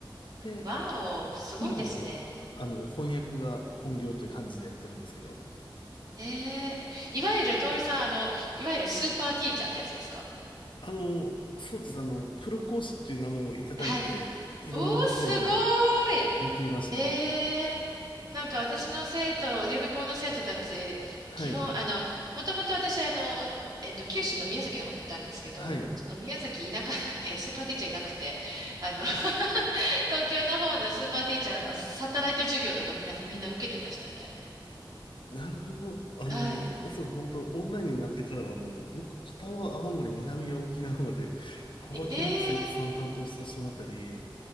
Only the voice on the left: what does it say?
で、
今はもう、あの、翻訳が本業という感じでやってるんですけど、
あの、そうですね、あの、プロ講師っていう名前をいただいて、
いろんなところで
やっていましたね。
はい。
はい。
なるほど。あの、
まさに本当、オンラインになってからは、あの、僕、北は青森、南は沖縄まで、幅広く生徒さん担当させてもらったり、